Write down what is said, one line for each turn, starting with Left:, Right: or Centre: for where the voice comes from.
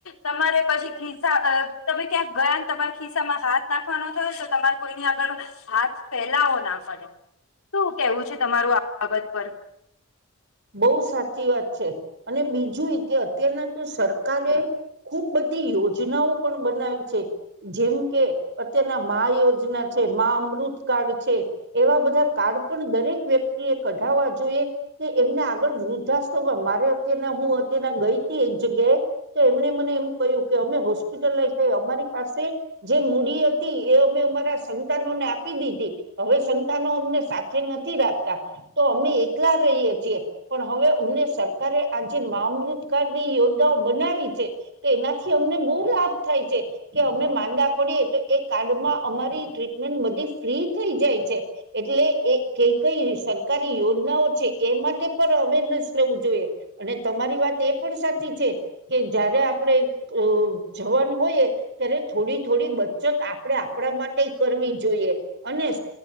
Left: તમારે પછી ખિસ્સા તમે ક્યાંક ગયા ને તમારા ખિસ્સા માં હાથ નાખવાનો થયો ને તો તમારે કોઈની આગળ હાથ ફેલાવો ના પડે શું કેવું છે તમારું આ બાબત પર
Right: બહુ સાચી વાત છે અને બીજું એ કે અત્યારના તો સરકારે ખુબ બધી યોજના જૂનાઓ પણ બનાય છે જેમ કે અત્યારના મહ યોજના છે માં અમૃતકાળ છે એવા બધા કાર્ડ પણ દરેક વ્યક્તિ એ કઢાવવા જોઈએ કે એમને આગળ વૃદ્ધાસ્ મારે અત્યારના હું અત્યારના ગઈ હતી એક જગ્યાએ તો એમણે મને એમ કહ્યું કે અમે હોસ્પિટલ લઈ જાય અમારી પાસે જે મૂડી હતી એ અમે અમારા સંતાનોને આપી દીધી હવે સંતાનો તમને સાથે નથી રાખ તો અમે એકલા રહીએ પણ હવે અમને સરકારે આજે મામૃતકાળની યોજનાઓ બનાવી છે તો એનાથી અમને બહુ લાભ થાય છે કે અમને માંદા પડીએ તો એ કાર્ડમાં અમારી ટ્રીટમેન્ટ બધી ફ્રી થઈ જાય છે એટલે એ કઈ કઈ સરકારી યોજનાઓ છે એ માટે પણ અવેરનેસ લેવું જોઈએ અને તમારી વાત એ પણ સારી કે જયારે આપણે જવાન હોયએ ત્યારે થોડી થોડી બચત આપણેે આપણા માટે કરવી જોઈએ અને